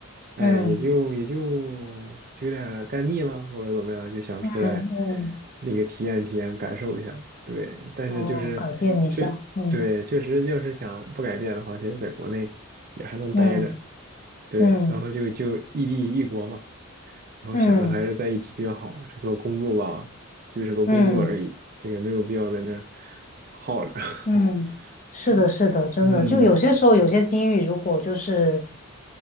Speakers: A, on the right; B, on the left.
A: 哎呀也就也就就有点儿干腻了，
B: 嗯
A: 或者怎么样，就想出来
B: 嗯嗯，
A: 那个体验体验，感受一下。对，但是就是确对，
B: 哦，改变一下，嗯
A: 确实就是想不改变的话，其实在国内也还能待着。
B: 嗯
A: 对，
B: 嗯
A: 然后就就异地异国嘛，然后想着还是在一起比较好。
B: 嗯
A: 这个工作吧，就是个工作而已，
B: 嗯。
A: 这个没有必要在那儿耗着，<laughs>
B: 嗯，是的，
A: 是吧？
B: 是的，真的，
A: 嗯
B: 就有些时候有些机遇，如果就是